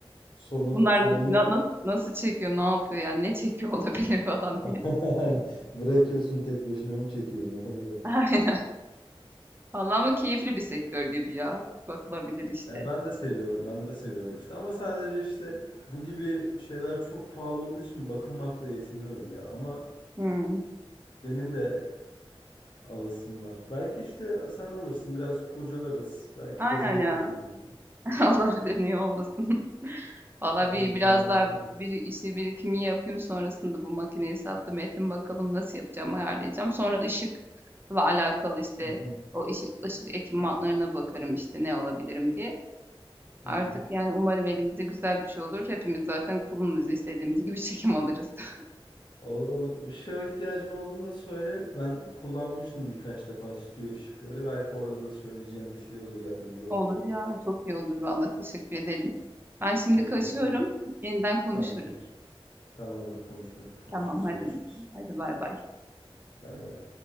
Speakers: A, on the left (about 50°); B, on the right (about 20°).
A: sonu
B: Bunlar
A: sonu yok.
B: na- na- nasıl çekiyor, ne yapıyor yani ne çekiyor <laughs> olabilir falan
A: <laughs>
B: diye.
A: Aynen. Bırakıyorsun tek başına mı çekiyor ne oluyor?
B: <laughs> Aynen. Vallahi ama keyifli bir sektör gibi ya. Bakılabilir işte.
A: Ya ben de seviyorum, ben de seviyorum işte ama sadece işte bu gibi şeyler çok pahalı olduğu için bakınmakla yetiniyorum ya ama
B: Hmm.
A: benim de alasım var. Belki işte sen alırsın, biraz kurcalarız, belki
B: Aynen
A: gaza getirirsin
B: ya.
A: beni.
B: <laughs> Olabilir niye olmasın. <laughs> Valla
A: Ben
B: bir
A: de bir
B: biraz
A: tane alabilirim.
B: daha bir işi birikimi yapayım sonrasında bu makineyi sattım ettim bakalım nasıl yapacağım ayarlayacağım. Sonra ışıkla alakalı işte
A: Hı hı.
B: o ışık, ışık ekipmanlarına bakarım işte ne alabilirim diye. Artık
A: Hı hı.
B: yani umarım elimizde güzel bir şey olur. Hepimiz zaten kulumuz istediğimiz gibi çekim alırız. <laughs>
A: Olur olur. Işığa ihtiyacın olduğunda söyle. Ben kullanmıştım birkaç defa stüdyo ışıkları. Belki orada da söyleyeceğim bir şey olur, yardımcı olabilirim.
B: Olur ya çok iyi olur valla teşekkür ederim. Ben şimdi
A: Ne
B: kaçıyorum.
A: demek? bu?
B: Yeniden konuşuruz.
A: Tamamdır. Tamamdır, konuşma, konuşuruz,
B: Tamam hadi
A: görüşürüz.
B: hadi bay bay.
A: Bay bay.